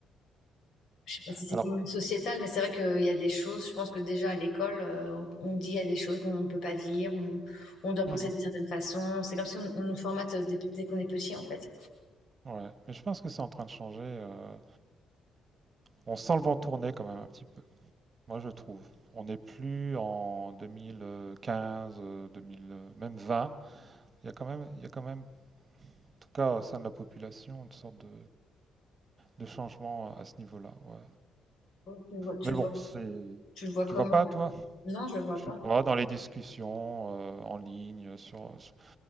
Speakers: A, on the left; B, on the right.
A: Je sais pas si c'est
B: alors
A: problème sociétal, mais c'est vrai qu'il y a des choses, je pense que déjà à l'école, euh, on on dit il y a des choses qu'on ne peut pas dire, on, on doit penser
B: mmh mmh.
A: d'une certaine façon. C'est comme si on, on nous formate dès, dès qu'on est petit, en fait.
B: ouais, mais je pense que c'est en train de changer, heu, on sent le vent tourner quand même un petit peu. Moi, je trouve. On n'est plus en 2015, heu, 2000, heu, même 20. Il y a quand même il y a quand même, en tout cas au sein de la population, une sorte de de changement à ce niveau-là, ouais.
A: Oh, Tu le vois, tu
B: Mais
A: le
B: bon,
A: vois,
B: c'est.
A: tu le vois
B: Tu
A: comment?
B: vas pas, toi?
A: Non, je le vois
B: Je
A: pas.
B: sais pas, dans les discussions euh, en ligne, sur, sur-